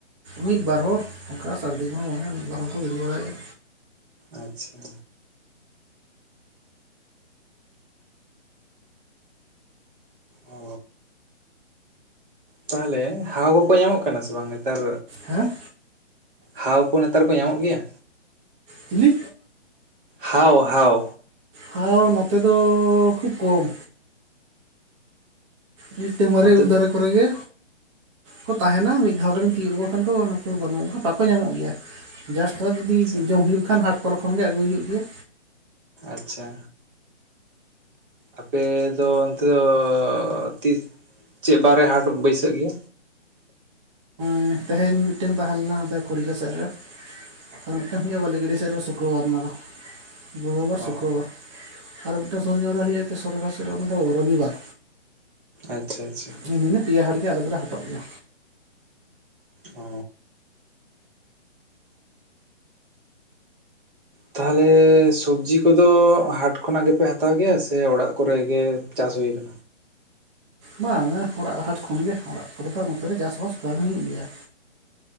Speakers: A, on the right; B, on the right.
A: ᱢᱤᱫ ᱵᱟᱨ ᱦᱚᱸ ᱚᱱᱠᱟ ᱥᱟᱹᱨᱫᱤ ᱠᱚᱦᱚᱸ ᱵᱟᱝᱟ ᱢᱤᱫ ᱵᱟᱨ ᱦᱚᱸᱠᱚ ᱜᱤᱰᱤ ᱵᱟᱲᱟᱭᱮᱫᱼᱟ
B: ᱟᱪᱪᱷᱟ ᱚ ᱛᱟᱦᱚᱞᱮ ᱦᱟᱣ ᱠᱚᱠᱚ ᱧᱟᱢᱚᱜ ᱠᱟᱱᱟ ᱥᱮ ᱵᱟᱝ ᱱᱮᱛᱟᱨ᱾
A: ᱦᱮᱸ
B: ᱦᱟᱣ ᱠᱚ ᱱᱮᱛᱟᱨ ᱠᱚ ᱧᱟᱢᱚᱜ ᱜᱮᱭᱟ?
A: ᱪᱤᱞᱤ?
B: ᱦᱟᱣ ᱦᱟᱣ
A: ᱦᱟᱣ ᱱᱚᱛᱮ ᱫᱚ ᱠᱷᱩᱵᱽ ᱠᱚᱢ᱾ ᱢᱤᱫᱴᱮᱱ ᱢᱟᱨᱮ
B: ᱚᱱᱛᱮ
A: ᱩᱞ ᱫᱟᱨᱮ ᱠᱚᱨᱮ ᱜᱮ᱾ ᱠᱚ ᱛᱟᱦᱮᱱᱟ ᱢᱤᱫ ᱫᱷᱟᱣ ᱜᱢ ᱛᱤᱭᱳᱜ ᱞᱮᱚ ᱠᱷᱟᱱ ᱠᱚ ᱚᱱᱟ ᱠᱚ ᱵᱟᱹᱱᱩᱜ ᱵᱟᱠᱚ ᱧᱟᱢᱚᱜ ᱜᱮᱭᱟ ᱡᱟᱥᱴ ᱛᱷᱚᱲᱟ ᱡᱩᱫᱤ
B: ᱟᱪᱪᱷᱟ
A: ᱡᱚᱢ ᱦᱩᱭᱩᱜ ᱠᱷᱟᱱ ᱦᱟᱴ ᱠᱚᱚᱨᱨᱮ ᱠᱷᱚᱱᱜᱮ ᱟᱹᱜᱩᱭ ᱦᱩᱭᱩᱜ ᱜᱮᱭᱟ
B: ᱟᱪᱪᱷᱟ ᱟᱯᱮ ᱫᱚ ᱚᱱᱛᱮ ᱫᱚ ᱛᱤᱥ ᱪᱮᱫ ᱵᱟᱨᱮ ᱦᱟᱴ ᱵᱟᱹᱭᱥᱟᱹᱜ ᱜᱮ
A: ᱦᱮᱸ ᱛᱮᱦᱮᱧ ᱢᱤᱫᱴᱮᱱ ᱛᱟᱦᱮᱸ ᱞᱮᱱᱟ ᱚᱸᱰᱮ ᱠᱷᱚᱲᱤᱠᱟ ᱥᱮᱫ ᱨᱮ ᱟᱨ ᱢᱤᱫᱴᱟᱱ ᱦᱩᱭᱩᱜᱼᱟ ᱵᱟᱹᱞᱤᱰᱤ ᱥᱮᱫ ᱨᱮ ᱥᱩᱠᱨᱚᱵᱟᱨ ᱚᱱᱟᱫᱚ ᱵᱩᱫᱷᱵᱟᱨ
B: ᱚ
A: ᱥᱩᱠᱨᱚᱵᱟᱨ ᱟᱨ ᱢᱤᱫᱴᱟᱱ ᱫᱚ ᱥᱚᱨ ᱨᱮ ᱦᱩᱭᱩᱜᱼᱟ ᱥᱚᱨᱠ ᱥᱮᱫ ᱨᱮ ᱚᱱᱟ ᱫᱚ ᱨᱚᱵᱤᱵᱟᱨ
B: ᱟᱪᱪᱷᱟ ᱟᱪᱪᱷᱟ
A: ᱱᱤᱱᱟᱹ ᱯᱮᱭᱟ ᱦᱟᱴ ᱜᱮ ᱟᱞᱮ ᱫᱚᱞᱮ ᱦᱟᱴᱚᱜ ᱜᱮᱭᱟ
B: ᱚ ᱛᱟᱦᱚᱞᱮ ᱥᱚᱵᱽᱡᱤ ᱠᱚᱫᱚ ᱦᱟᱴ ᱠᱷᱚᱱᱟᱜ ᱜᱮᱯᱮ ᱦᱟᱛᱟᱣ ᱜᱮᱭᱟ ᱥᱮ ᱚᱲᱟᱜ ᱠᱚᱨᱮ ᱜᱮ ᱪᱟᱥ ᱵᱟᱥ ᱦᱩᱭᱩᱜᱼᱟ
A: ᱵᱟᱝ-ᱟ ᱚᱲᱟᱜ ᱦᱟᱴ ᱠᱷᱚᱱᱜᱮ ᱚᱲᱟᱜ ᱠᱚᱨᱮ ᱫᱚ ᱱᱚᱛᱮᱨᱮ ᱪᱟᱥᱼᱵᱟᱥ ᱵᱟᱝ ᱦᱩᱭᱩᱜ ᱜᱮᱭᱟ